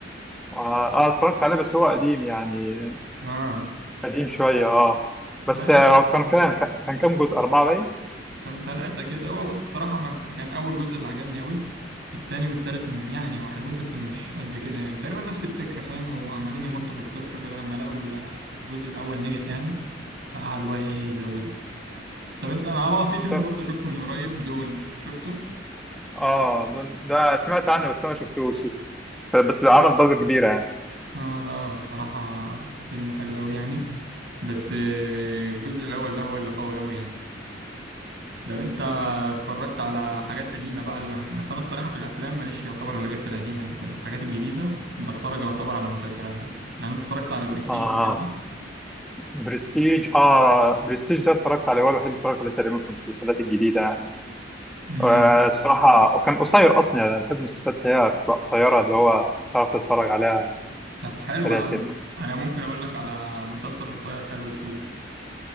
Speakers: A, in the centre; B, on the right.
A: اه آه، اتفرجت عليه بس هو قديم يعني
B: اه
A: قديم شوية اه
B: لا
A: بس
B: يعني
A: آه، كانوا كام كان كام جزء أربعة باين
B: كان ثلاثة كده هو بص الصراحة ما كان أول جزء اللي عجبني أوي التاني والتالت م- يعني هو حلوين بس مش قد كده يعني تقريبا نفس الفكرة فاهم أو عمالين يمطوا في القصة كده لما لقوا ال- الجزء الأول نجح يعني فقعدوا بقى إيه يزودوا طب انت انا بقى في
A: بس-
B: فيلم برضه شفته من قريب دون شفته
A: اه دون- ده سمعت عنه بس أنا ما شفتوش لسه. بس عمل ضجة كبيرة يعني
B: اه لا الصراحة فيلم حلو قوي يعني بس آه، الجزء الاول ده هو اللي قوي قوي يعني ده انت اتفرجت على حاجات قديمة بقى اللي... اصل انا الصراحة في الافلام ماليش يعتبر الا غير في القديمة قد كده الحاجات الجديدة بتفرج يعتبر على مسلسلات بس يعني انت اتفرجت على برستيج
A: اه
B: والحاجات دي
A: برستيج اه برستيج ده اتفرجت عليه هو الوحيد اللي اتفرجت عليه تقريبا في المسلسلات الجديدة يعني
B: امم
A: آه، الصراحة وكان قصير أصلا يعني أنا بحب المسلسلات اللي هي بتبقى قصيرة اللي هو تعرف تتفرج عليها
B: طب حلو
A: في السريع
B: يا عم
A: كده
B: انا ممكن اقول لك على مسلسل قصير حلو تشوفه